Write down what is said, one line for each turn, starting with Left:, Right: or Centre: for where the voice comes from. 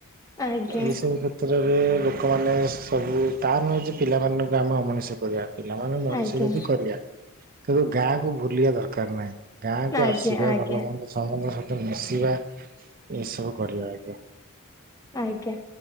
Left: ଆଜ୍ଞା
Right: ଏଇ ସବୁ କଷ କ୍ଷତ୍ରରେ ଲୋକମାନେ ସବୁ ତାହା ନୁହେଁ ଯେ ପିଲାମାନଙ୍କୁ ଆମେ ଅମଣିଷ କରିବା। ପିଲାମାନେ ମଣିଷକୁ
Left: ଆଜ୍ଞା।
Right: ବି କରିବା କିନ୍ତୁ ଗାଁକୁ ବୁଲିବା ଦରକାର ନାହିଁ ଗାଁ
Left: ଆଜ୍ଞା
Right: କୁ ଆସିବା
Left: ଆଜ୍ଞା
Right: ଭଲ ମନ୍ଦ ସମ୍ବନ୍ଧ ମିଶିବା ଏଇସବୁ କରିବା ଆଜ୍ଞା।
Left: ଆଜ୍ଞା।